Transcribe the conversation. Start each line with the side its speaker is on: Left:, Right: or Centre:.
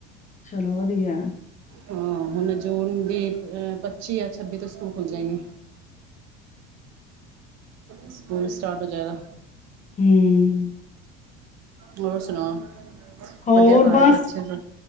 Left: ਚਲੋ ਸੀਆ
Right: ਹਾਂ ਹੁਣ ਜੂਨ ਦੀ ਅਹ ਪੱਚੀ ਜਾਂ ਛੱਬੀ ਤੋਂ ਸਕੂਲ ਖੁੱਲ ਜਾਏਗੇ ਸਕੂਲ ਸਟਾਰਟ ਹੋ ਜਾਏਗਾ
Left: ਹਮ
Right: ਹੋਰ ਸੁਣਾਓ
Left: ਹੋਰ
Right: ਵਧੀਆ ਘਰ
Left: ਬਸ
Right: ਬੱਚੇ ਸਭ